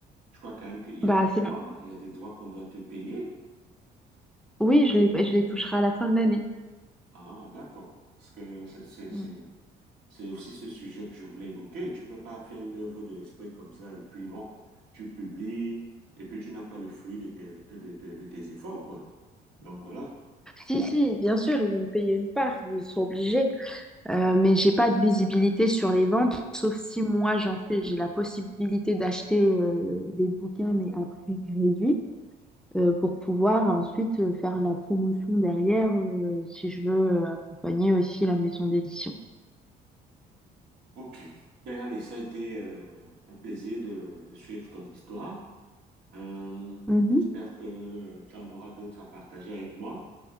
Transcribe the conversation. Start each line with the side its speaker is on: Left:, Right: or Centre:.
Right: je crois quand même qu'il y
Centre: Bah,
Right: a des
Centre: c'est...
Right: droits, il y a des droits qu'on doit te payer.
Centre: Oui, je les, je les toucherai à la fin de l'année.
Right: Ah, d'accord. Parce que c'est c'est- c'est-
Centre: Mm.
Right: c'est aussi ce sujet que je voulais évoquer. Tu peux pas faire une œuvre de l'esprit comme ça et puis bon, tu publies et puis tu n'as pas le fruit de tes, de, tes de tes efforts, quoi. Donc voilà.
Centre: Si, si, bien sûr, ils vont me payer une part, ils sont obligés. Euh, mais j'ai pas de visibilité sur les ventes, sauf si moi j'en fais, j'ai la possibilité d'acheter euh, des bouquins, mais à prix réduit, euh, pour pouvoir ensuite euh, faire la promotion derrière, euh, si je veux euh, accompagner aussi la maison d'édition.
Right: OK. Ben allez, ça a été euh, un plaisir de, de suivre ton histoire. Euh,
Centre: Mhm.
Right: j'espère que tu en auras d'autres à partager avec moi.